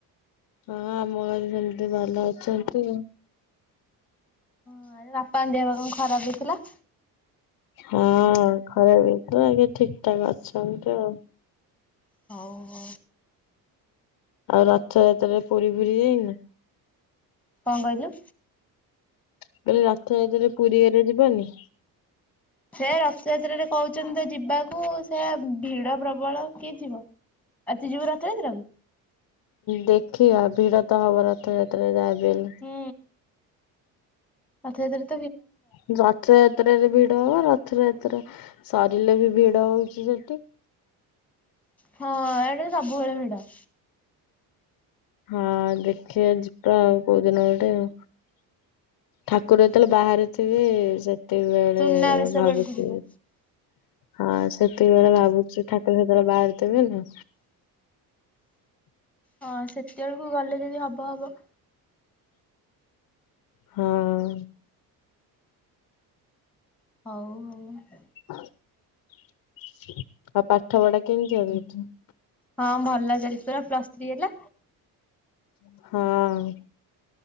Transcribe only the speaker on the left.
ହଁ ଆମ ଘରେ ସେମେତେ ଭଲ ଅଛନ୍ତି।
ହଁ ଖରାପେ ହେଇଥିଲା ଏବେ ଠିକି ଠାକ ଅଛନ୍ତି ଆଉ।
ଆଉ ରଥଯାତ୍ରାରେ ପୁରୀ ଫୁରି ଦେଇନୁ?
ମୁଁ କହିଲି ରଥଯାତ୍ରା ରେ ପୁରୀ ହେରିକା ଯିବନି?
ଦେଖିବା ଭିଡ ତ ହବ ରଥଯାତ୍ରାରେ ଯାହାବି ହେଲେ।
ରତ ରଥ ଯାତ୍ରରେ ଭିଡ ହବ ରଥ ଯାତ୍ରା ସରିଲେ ବି ଭିଡ ହଉଚି ସେଠି।
ହଁ ଦେଖିବା ଯିବା ଆଉ କୋଉ ଦିନ ଗଟେ ଆଉ। ଠାକୁର ଯେତେବେଳେ ବାହାରେ ଥିବେ ସେତେବେଳେ
ଭାବୁଚି
ହଁ ସେତିକି ବେଳେ ଭାବୁଚି ଠାକୁର ସେତେବେଳେ ବାହାରେ ଥିବେ ନା
ହଁ।
ଆଉ ପାଠ ପଢା କେମିତି <unintelligible>
ହଁ।